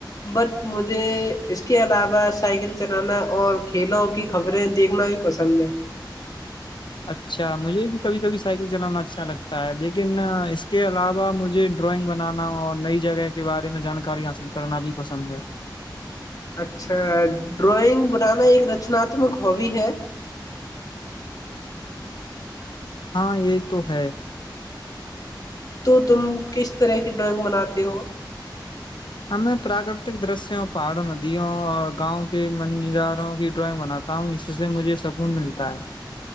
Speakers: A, on the left; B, on the left.
A: بٹ مجھے اس کے علاوہ سائیکل چلانا اور کھیلوں کی خبریں دیکھنا بھی پسند ہے
B: اچھا مجھے بھی کبھی کبھی سائیکل چلانا اچھا لگتا ہے لیکن اس کے علاوہ مجھے ڈرائنگ بنانا اور نئی جگہ کے بارے میں جانکاری حاصل کرنا بھی پسند ہے
A: اچھا ڈرائنگ بنانا ایک رچناتمک ہابی ہے
B: ہاں یہ تو ہے
A: تو تم کس طرح کی ڈرائنگ بناتے ہو
B: ہاں میں پراکرتک درشیوں پہاڑوں ندیوں اور گاؤں کے منجاروں کی ڈرائنگ بناتا ہوں اس سے مجھے سکون ملتا ہے